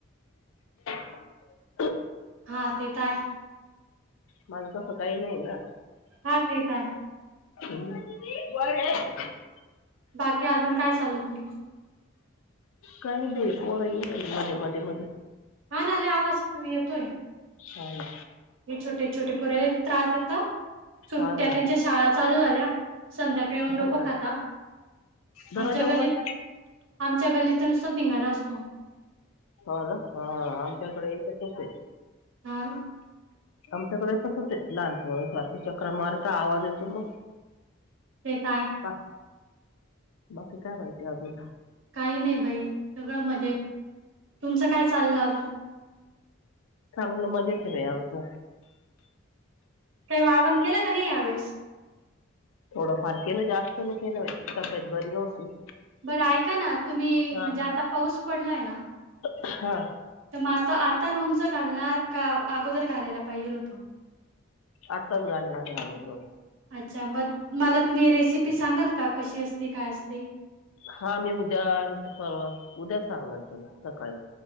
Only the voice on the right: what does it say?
हा ते त हाय
हा तेेतय
बाकी अजून काय चाललं तुमचं
हा नाले आवाज येतोय
हे छोटे छोटे पुऱ्या त्रास देत सुट्ट्या
त्यांच्या शाळा चालू झाल्या संध्याकाळी येऊन
डोको
खाता
आमच्या
गलीत आमच्या गलीत जुसता धिंगाणा असतो
हा
तेेताय
काही नाही बाई सगळं मजेत. तुमचं काय चाललं अजून
काही वाळवण केलं का नाही यावेेळेस
बरं ऐका ना तुम्ही म्हणजे
आता पाऊस पडलाय ना
तर मग आता आता लोनच घालणार का अगोदर घालायला पाहिजेल होत
अच्छा मग मला तुम्ही रेसिपी सांगाल का कशी असती काय असती